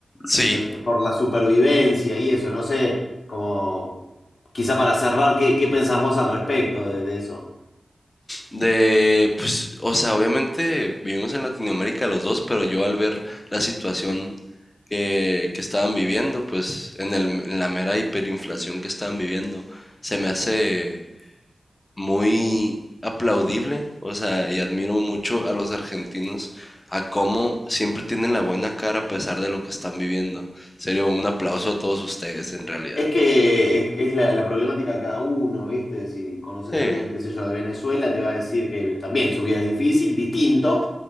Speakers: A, on the left; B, on the left.
A: Sí.
B: ¿entendés? Por la supervivencia y eso, no sé, como quizá para cerrar, ¿qué, qué pensás vos al respecto de, de eso?
A: De, pues, o sea, obviamente vivimos en Latinoamérica los dos, pero yo al ver la situación que, que estaban viviendo, pues, en el, en la mera hiperinflación que estaban viviendo, se me hace muy aplaudible, o sea, y admiro mucho a los argentinos, a cómo siempre tienen la buena cara a pesar de lo que están viviendo. En serio, un aplauso a todos ustedes, en realidad.
B: Es que es, es la, la problemática de cada uno, ¿viste? Si conoces
A: Sí,
B: a alguien, qué sé yo, de Venezuela, te va a decir que también su vida es difícil, distinto,